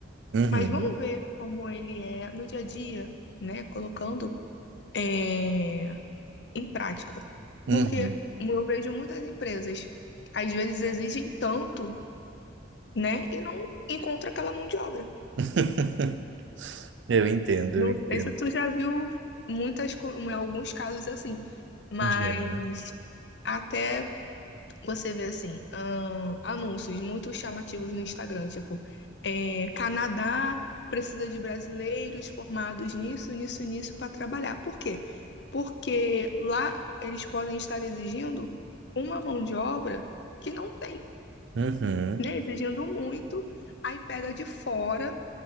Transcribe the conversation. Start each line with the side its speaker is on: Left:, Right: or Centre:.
Right: uhum,
Left: mas vamos ver como ele é no dia a dia, né? Colocando, é, em prática.
Right: uhum.
Left: Porque eu vejo muitas empresas, às vezes exigem tanto, né? E não encontra aquela mão de obra.
Right: <laughs> Eu entendo,
Left: Não
Right: eu entendo.
Left: sei se tu já viu muitas, co- alguns casos assim, mas
Right: Entendi.
Left: até Você vê assim, ahn, anúncios muito chamativos no Instagram, tipo, é, Canadá precisa de brasileiros formados nisso, nisso, nisso para trabalhar. Por quê? Porque lá eles podem estar exigindo uma mão de obra que não tem,
Right: Uhum,
Left: né? Exigindo muito, aí pega de fora